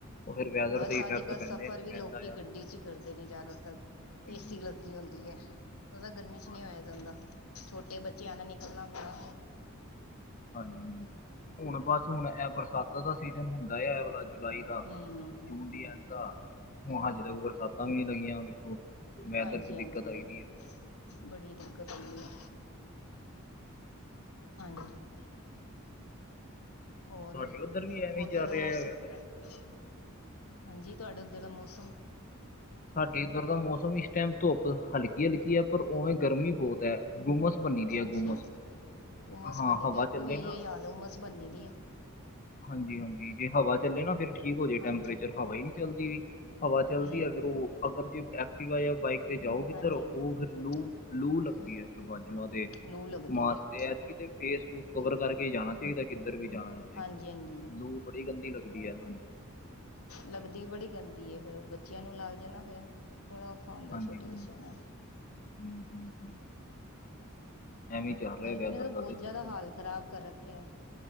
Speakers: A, on the left; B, on the left.
A: ਉਹ ਫਿਰ ਵੈਦਰ
B: ਬਸ
A: 'ਤੇ ਇਫੈਕਟ
B: ਅੱਜ ਕੱਲ੍ਹ
A: ਪੈਂਦੇ
B: ਸਫ਼ਰ
A: ਨੇ
B: ਵੀ
A: ਪੈਂਦਾ
B: ਲੋਕੀ
A: ਆ
B: ਗੱਡੀ ਚ ਹੀ ਕਰਦੇ ਨੇ ਜ਼ਿਆਦਾਤਰ,
A: ਜੀ,
B: ਏ
A: ਜੀ,
B: ਸੀ ਲੱ ਹੁੰਦੀ ਹੈ, ਉਹਦਾ ਗਰਮੀ ਚ
A: ਹਾਂ
B: ਨਹੀਂ
A: ਹਾਂਜੀ
B: ਹੋਇਆ ਜਾਂਦਾ, ਛੋਟੇ ਬੱਚਿਆਂ ਨਾਲ ਨਿਕਲਣਾ ਬੜਾ
A: ਹਾਂਜੀ, ਹੁਣ ਬਸ ਹੁਣ ਇਹ ਬਰਸਾਤਾਂ ਦਾ ਸੀਜਨ ਹੁੰਦਾ ਹੈ, ਇਹ ਵਾਲਾ ਜੁਲਾਈ। ਦਾ,
B: ਹਮ ਹਮ ਹਮ
A: ਜੂਨ ਦੀ
B: ਹਮ
A: ਐਂਡ ਦਾ ਹੁ, ਹਜੇ ਤੱਕ ਬਰਸਾਤਾਂ ਵੀ ਨੀ ਲੱਗੀਆਂ ਵੇਖੋ, ਵੈਦਰ
B: ਹਾਂਜੀ
A: ਚ ਦਿੱਕਤ
B: ਹਾਂਜੀ
A: ਆਈ ਦੀ ਹੈ
B: ਬੜੀ ਦਿੱਕਤ ਹੁੰਦੀ ਏ ਹਾਂਜੀ। ਹੋਰ
A: ਤੁਹਾਡੇ ਉੱਧਰ ਵੀ ਐਵੇਂ ਹੀ
B: ਓਧਰ
A: ਚੱਲ
B: ਦਾ
A: ਰਿਹਾ
B: ਮੌਸਮ
A: ਆ ਵੈਦਰ
B: ਹਾਂਜੀ, ਤੁਹਾਡਾ ਉੱਧਰ ਦਾ ਮੌਸਮ
A: ਸਾਡੇ ਇੱਧਰ ਦਾ ਮੌਸਮ, ਇਸ ਟਾਈਮ ਧੁੱਪ ਹਲਕੀ ਹਲਕੀ ਹੈ, ਪਰ ਉਵੇਂ ਗਰਮੀ ਬਹੁਤ ਹੈ। ਗੁੰਮਸ ਬਨੀ ਦੀ
B: ਹਾਂਜੀ
A: ਹੈ ਗੁੰਮਸ
B: ਹਾਂਜੀ ਉਮਸ
A: ਹਾਂ,
B: ਬੰਨੀ
A: ਹਵਾ
B: ਦੀ ਇੱਥੇ
A: ਚੱਲੇ
B: ਵੀ ਇਹੀ
A: ਨਾ-
B: ਹਾਲ ਹੈ, ਉਮਸ ਬੰਨੀ ਦੀ ਹੈ
A: ਹਾਂਜੀ ਹਾਂਜੀ! ਜੇ ਹਵਾ ਚੱਲੇ ਨਾ ਫੇਰ ਠੀਕ ਹੋ ਜਾਏ
B: ਹਾਂਜੀ
A: ਟੈਂਪਰੇਚਰ ਹਵਾ ਹੀ ਨਹੀਂ ਚੱਲਦੀ, ਹਵਾ ਚੱਲਦੀ
B: ਹਮ
A: ਆ- ਫਿਰ ਉਹ ਅਗਰ ਜੇ ਐਕਟੀਵਾ ਜਾਂ ਬਾਈਕ ਤੇ ਜਾਓ ਕਿੱਧਰ
B: ਹਾਂਜੀ
A: ਉਹ
B: ਹਾਂਜੀ
A: ਫਿਰ ਲੂ- ਲੂ ਲੱਗਦੀ ਹੈ ਫਿਰ ਬਾਜੂਆਂ ਤੇ,
B: ਲੂ ਲੱਗਦੀ
A: ਮਾਸਕ
B: ਹੈ
A: ਤੇ ਐਤਕੀ ਤੇ ਫੇਸ ਫੂਸ ਕਵਰ ਕਰਕੇ ਜਾਣਾ- ਚਾਹੀਦਾ ਕਿੱਧਰ ਵੀ ਜਾਣਾ! ਅਜੇ
B: ਹਾਂਜੀ ਹਾਂਜੀ
A: ਲੂ ਬੜੀ ਗੰਦੀ ਲੱਗਦੀ ਹੈ ਹਾਂਜੀ-
B: ਲੱਗਦੀ ਬੜੀ ਗੰਦੀ ਫੇਰ ਉਹ ਬੱਚਿਆਂ ਨੂੰ ਲੱਗ ਜਾਣਾ ਫੇਰ ਬੜਾ ਔਖਾ- ਹੁੰਦਾ
A: ਹਾਂਜੀ
B: ਛੋਟੇ
A: ਹਾਂਜੀ
B: ਬੱਚਿਆਂ ਨਾਲ।
A: ਹੂ ਹੂ ਹੂ ਐਵੇਂ ਚੱਲ ਰਿਹਾ
B: ਗਰਮੀ
A: ਵ ਇਧਰ
B: ਨੇ ਤਾਂ ਬਹੁਤ
A: ਦਾ ਤੇ ਸਿਸਟਮ-
B: ਜ਼ਿਆਦਾ ਹਾਲ ਖ਼ਰਾਬ ਕਰ ਰੱਖਿਆ ਐ,